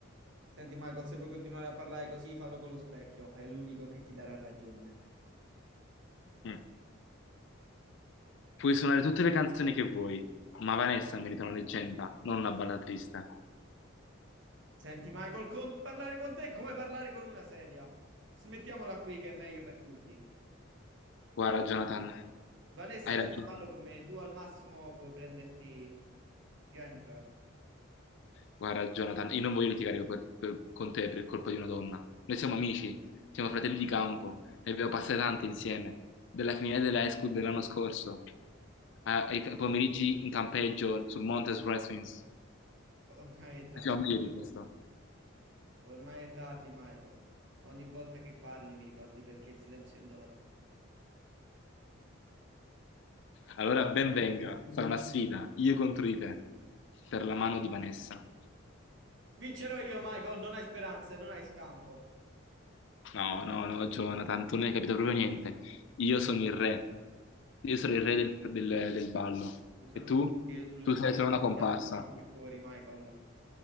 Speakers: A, on the right; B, on the left.
A: Senti, Michael, se vuoi continuare a parlare così, fallo con lo specchio, è l'unico che ti darà ragione.
B: Mm. Puoi suonare tutte le canzoni che vuoi, ma Vanessa merita una leggenda, non una balla triste.
A: Senti, Michael, con- parlare con te è come parlare con una sedia. Smettiamola qui che è meglio per tutti.
B: Guarda, Jonathan,
A: Vanessa
B: hai
A: verrà
B: ragione.
A: a ballo con me, tu al massimo puoi prenderti Jennifer.
B: Guarda, Jonathan, io non voglio litigare per- per- con te per colpa di una donna. Noi siamo amici, siamo fratelli di campo, ne abbiamo passate tante insieme, dalla finale dell'high school dell'anno scorso, a- ai ca- pomeriggi in campeggio sul Monte Wrestlings.
A: Ormai è tardi,
B: Noi Siamo meglio
A: Michael.
B: di questo.
A: ormai è tardi, Michael. Ogni volta che parli mi ricordi perché il silenzio è d'oro.
B: Allora, ben venga, sarà una sfida, io contro di te, per la mano di Vanessa.
A: Vincerò io, Michael, non hai speranze, non hai scampo.
B: No, no, no, Jonathan, tu non hai capito proprio niente. Io sono il re. Io sono il re del, del- del ballo.
A: Lo sanno
B: E tu?
A: tutti che io sono il
B: Tu
A: migliore
B: sei solo una comparsa.
A: sia sul campo che fuori, Michael.